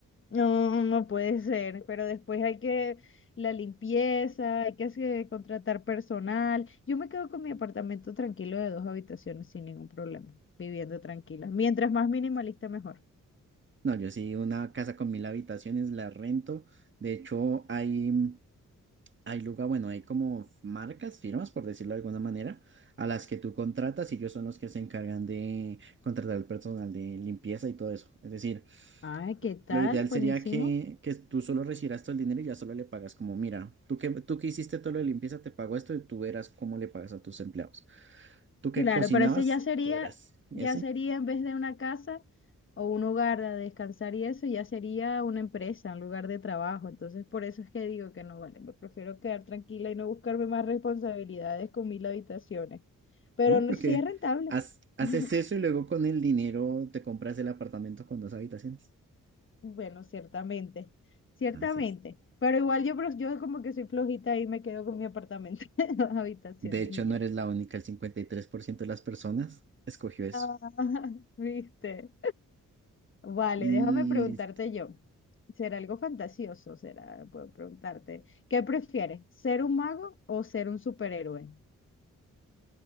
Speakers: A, on the left; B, on the right.
A: No, no puede ser. Pero después hay que la limpieza, hay que hacer- contratar personal. Yo me quedo con mi apartamento tranquilo de dos habitaciones sin ningún problema, viviendo tranquila. Mientras más minimalista, mejor.
B: No, yo sí, una casa con mil habitaciones la rento. De hecho, hay... Hay lugar, bueno, hay como marcas, firmas, por decirlo de alguna manera, a las que tú contratas y ellos son los que se encargan de contratar el personal de limpieza y todo eso. Es decir,
A: Ah, ¿qué tal?
B: lo ideal sería
A: Buenísimo.
B: que, que tú solo recibieras todo el dinero y ya solo le pagas como, mira, tú que, tú que hiciste todo lo de limpieza, te pago esto y tú verás cómo le pagas a tus empleados. Tú que
A: Claro,
B: cocinabas,
A: pero eso ya sería,
B: tú verás. Y
A: ya
B: así,
A: sería en vez de una casa o un hogar a descansar y eso, ya sería una empresa, un lugar de trabajo. Entonces, por eso es que digo que no vale, me prefiero quedar tranquila y no buscarme más responsabilidades con mil habitaciones. Pero
B: ¿no?
A: no,
B: Porque
A: sí es rentable.
B: haz- haces
A: <laughs>
B: eso y luego con el dinero te compras el apartamento con dos habitaciones.
A: Bueno, ciertamente, ciertamente.
B: Así
A: Pero igual yo, pro- yo como que soy flojita y me quedo con mi apartamento, <laughs> de dos habitaciones
B: De hecho,
A: y
B: no
A: ya.
B: eres la única, el 53% de las personas escogió eso.
A: Ah, <laughs> ¿viste? Vale,
B: Listo.
A: déjame preguntarte yo. ¿Será algo fantasioso? ¿Será? Puedo preguntarte. ¿Qué prefieres? ¿Ser un mago o ser un superhéroe?